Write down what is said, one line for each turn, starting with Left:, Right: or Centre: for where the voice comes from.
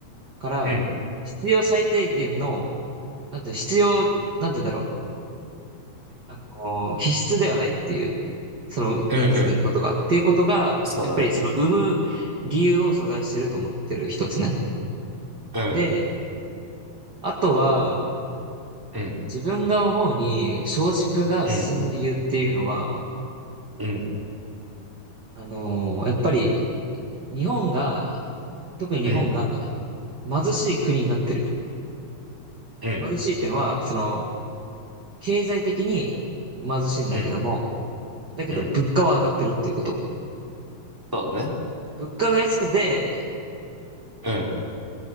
Right: から、
Centre: うん、
Right: 必要最低限の、なんて必要、なんて言うんだろう。あの、必須ではないっていう、その人数がいることが、
Centre: うん、うん。
Right: っていうことが、
Centre: そうだね。
Right: やっぱりその生む理由を阻害してると思ってる一つね。
Centre: うん、
Right: で、あとは、
Centre: うん、
Right: 自分が思うに少子化が進む理由っていうのは、
Centre: うん、うん、
Right: あの、やっぱり日本が、特に日本が
Centre: うん、
Right: 貧しい国になってる。
Centre: うん、
Right: 貧しいっていうのは、その、経済的に貧しいんだけども、
Centre: うん、
Right: だけど物価は上がってるっていうこと。
Centre: うん。そうだね。
Right: 物価が安くて、
Centre: うん、